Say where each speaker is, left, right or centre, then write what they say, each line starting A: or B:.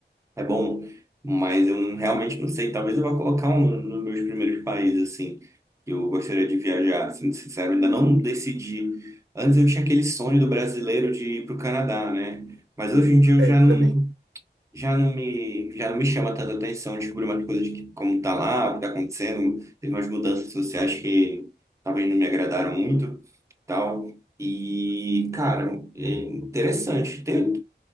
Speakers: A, on the right (about 15°); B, on the right (about 75°).
A: é bom, mas eu não- realmente não sei. Talvez eu vá colocar um no- nos meus primeiros países, assim, que eu gostaria de viajar. Sendo sincero, ainda não decidi. Antes eu tinha aquele sonho do brasileiro de ir para o Canadá, né? Mas hoje em dia eu
B: É,
A: já
B: eu também.
A: não, já não me, já não me chama tanta atenção descobrir umas coisas de que- como tá lá, o que tá acontecendo. Teve umas mudanças sociais que talvez não me agradaram muito, tal. E, cara, é interessante. Tem,